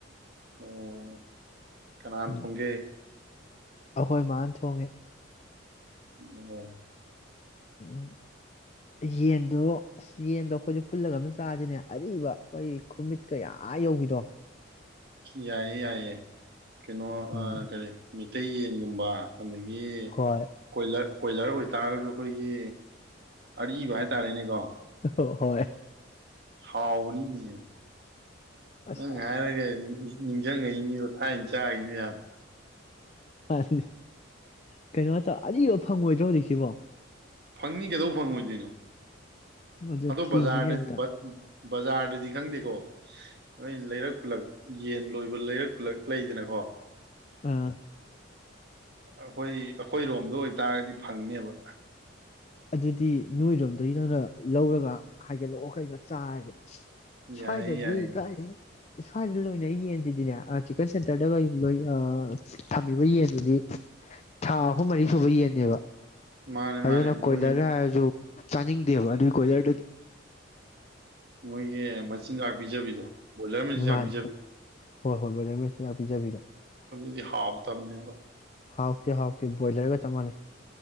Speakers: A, on the right (about 50°); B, on the left (about 35°).
A: ꯑꯣ ꯀꯅꯥꯅ
B: ꯎꯝ
A: ꯊꯣꯡꯒꯦ
B: ꯑꯩꯈꯣꯏ ꯃꯥꯅ ꯊꯣꯡꯉꯦ
A: ꯑꯣ
B: ꯎꯝ ꯌꯦꯟꯗꯣ ꯑꯁ ꯌꯦꯟꯗꯣ ꯑꯩꯈꯣꯏꯗ ꯄꯨꯜꯂꯒ ꯑꯃꯝ ꯆꯥꯁꯤꯅꯦ ꯑꯔꯤꯕ ꯑꯩꯈꯣꯏ ꯈꯨꯔꯃꯤꯠ ꯀꯌꯥ ꯌꯧꯕꯤꯗꯣ
A: ꯌꯥꯏ ꯌꯥꯏꯦ ꯀꯩꯅꯣ
B: ꯎꯝ
A: ꯑ ꯀꯔꯤ ꯃꯤꯇꯩ ꯌꯦꯟꯒꯨꯝꯕ ꯑꯗꯒꯤ
B: ꯍꯣꯏ
A: ꯀꯣꯏꯂꯔ ꯀꯣꯏꯂꯔ ꯑꯣꯏꯇꯥꯔꯒꯁꯨ ꯑꯩꯈꯣꯏꯒꯤ ꯑꯔꯤꯕ ꯍꯥꯏꯇꯥꯔꯦꯅꯦꯀꯣ
B: ꯑꯣ ꯍꯣꯏ
A: ꯍꯥꯎꯑꯣꯅꯤꯅꯦ
B: ꯑꯁ
A: ꯅꯪ ꯍꯥꯏꯔꯒ ꯅꯤꯡꯁꯤꯡꯉꯏ ꯃꯤ ꯊꯥꯏꯅ ꯆꯥꯈꯤ ꯃꯌꯥꯝ
B: ꯅꯤ ꯀꯩꯅꯣ ꯇꯧ ꯑꯔꯤꯕ ꯐꯪꯉꯣꯏꯗ꯭ꯔꯣ ꯍꯧꯖꯤꯛꯁꯤꯕꯣ
A: ꯐꯪꯅꯤ ꯀꯩꯗꯧꯕꯩ ꯐꯪꯉꫭꯏꯗꯨꯏꯅꯣ
B: ꯑꯗꯨ
A: ꯑꯗꯣ
B: ꯊꯤꯁꯤꯅꯦ
A: ꯕꯖꯥꯔꯗꯗꯤ
B: ꯑꯝꯇ
A: ꯕꯖꯥꯔꯗꯗꯤ ꯈꯪꯗꯦꯀꯣ ꯅ ꯂꯩꯔꯛ ꯈꯨꯜꯂꯛ ꯌꯦꯟ ꯂꯣꯏꯕ ꯂꯩꯔꯛꯂꯛ ꯂꯩꯗꯅꯀꯣ
B: ꯑꯥ
A: ꯑꯩꯈꯣꯏ ꯑꯩꯈꯣꯏꯔꯣꯝꯗ ꯑꯣꯏꯇꯥꯔꯒꯗꯤ ꯐꯪꯅꯦꯕ
B: ꯑꯗꯨꯗꯤ ꯅꯣꯏꯔꯣꯝꯗꯒꯤ ꯅꯪꯅ ꯂꯧꯔꯒ ꯍꯥꯏꯒꯠꯂꯛꯑꯣ ꯀꯩꯅꯣ ꯆꯥꯔꯁꯦ ꯁꯏ
A: ꯌꯥꯏꯌꯦ
B: ꯇꯗꯤ
A: ꯌꯥꯏꯌꯦ
B: ꯀ ꯁ꯭ꯋꯥꯏꯗ ꯂꯣꯏꯅ ꯌꯦꯟꯁꯤꯗꯤꯅꯦ ꯆꯤꯛꯀꯟ ꯁꯦꯟꯇꯔꯗꯒ ꯂꯣꯏ ꯊꯝꯃꯤꯕ ꯌꯦꯟꯗꯨꯗꯤ ꯊꯥ ꯑꯍꯨꯝ ꯃꯔꯤ ꯁꯨꯕ ꯌꯦꯟꯅꯦꯕ
A: ꯃꯥꯅꯦ
B: ꯑꯗꯨꯅ
A: ꯃꯥꯅꯦ
B: ꯀꯣꯏꯂꯔ
A: ꯃꯣꯏ
B: ꯍꯥꯏꯔꯁꯨ ꯆꯥꯅꯤꯡꯗꯦꯕ ꯑꯗꯨꯒꯤ ꯀꯣꯏꯂꯔꯗꯨꯗꯤ
A: ꯃꯣꯏꯒꯦ ꯃꯤꯟꯖꯥꯛ ꯄꯤꯖꯕꯤꯗꯣ ꯕꯣꯏꯂꯔ ꯃꯆꯤꯟꯖꯥꯛ
B: ꯃꯥꯅꯦ
A: ꯄꯤꯖꯕꯤ
B: ꯍꯣꯏ ꯍꯣꯏ ꯕꯣꯏꯂꯔ ꯄꯤꯖꯕꯤꯔꯣ
A: ꯑꯗꯨꯗꯨꯗꯤ ꯍꯥꯕꯇꯕꯅꯦꯕ
B: ꯍꯥꯎꯇꯦ ꯍꯥꯎꯇꯦ ꯕꯣꯏꯂꯔꯒ ꯆꯞ ꯃꯥꯟꯅꯩ